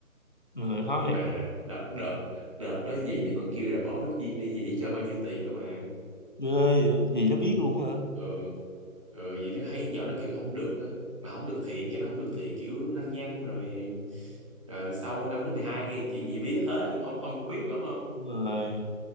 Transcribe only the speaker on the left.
người khó
hiểu
Ghê vậy gì nó biết luôn hả
rồi